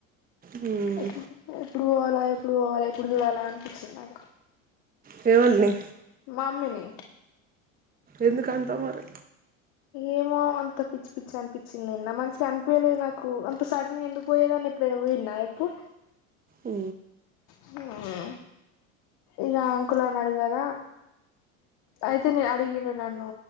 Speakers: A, on the right; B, on the left.
A: హ్మ్
B: ఎడు ఎప్పుడు పోవాల ఎప్పుడు పోవాలా ఎప్పుడు చూడాలా అనిపించింది నాకు
A: కేవల్ని
B: మమ్మని
A: ఎందుకంతా మరి
B: ఏమో అంత పిచ్చి పిచ్చి అనిపించింది నిన్న మంచిగా అనిపయలేదు నాకు అంత సడన్ గా ఎందుకు పోయేదని పరువు నాయపు
A: ఆ
B: హ ఇక అంకుల్ అడిగదా అయితే నే అడిగిండు నన్ను